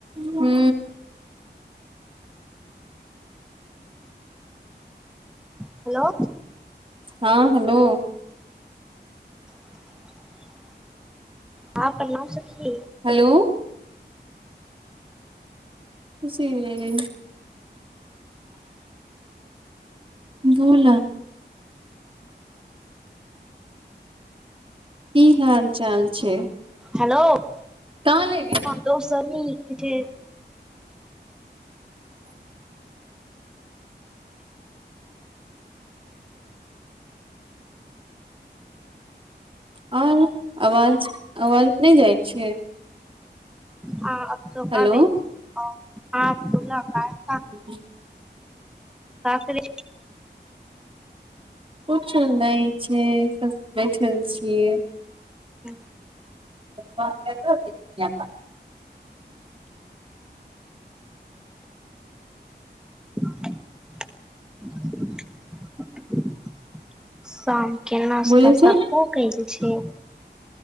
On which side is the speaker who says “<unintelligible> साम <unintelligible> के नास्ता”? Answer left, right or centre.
Centre